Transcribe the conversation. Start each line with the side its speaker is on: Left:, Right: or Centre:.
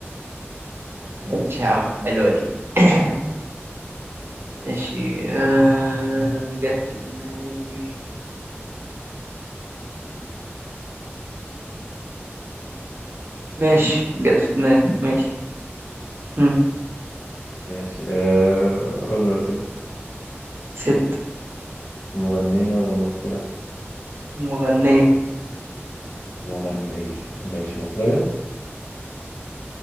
Left: <laughs>
Right: ماشي يا عم حلوه دي <coughs> ماشي آه جت في دماغي ماشي جت في دماغي ماشي هم.
Left: ماشي آه، راجل ولا ست
Right: ست
Left: مغنية ولا ممثلة
Right: مغنية
Left: مغنية ماشي مصرية